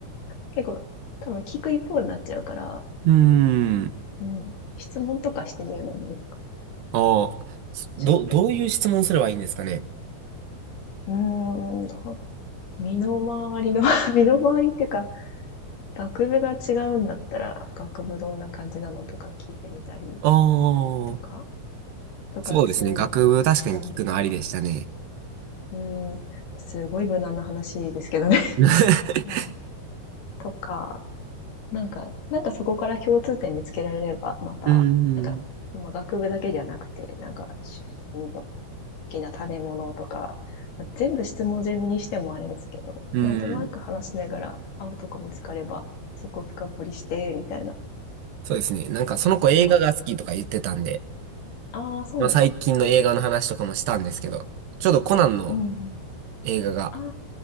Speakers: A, on the left; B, on the right.
A: 結構多分聞く一方になっちゃうから、
B: うーん、
A: うん。質問とかしてみるのもいいか。
B: ああ、
A: ちょっと。
B: ど、どういう質問すればいいんですかね。
A: うーん、どう身の回りの <laughs> 身の回りっていうか、学部が違うんだったら、学部どんな感じなのとか聞いてみたり
B: ああ、
A: とか、部活違うんだったら、
B: そうですね。学部確かに聞くのありでしたね。
A: うーん、すごい無難な話ですけどね <laughs>。
B: う
A: まあ、とか、なんか、なんかそこから共通点見つけられれば、また、
B: ん。
A: なんか、
B: <laughs>
A: まあ、学部だけじゃなくて、なんか出身とか、なんか好きな食べ物とか、まあ、全部質問攻めにしてもあれですけど、
B: うん。
A: なんとなく話しながら、会うとこ見つかれば、そこを深掘りして、みたいな
B: そうですね。なんかその子映画が好きとか言ってたんで、
A: ことは、ああ、そうなんです。
B: まあ最近の映画の話とかもしたんですけど、ちょうどコナンの
A: うんうん。
B: 映画が
A: あ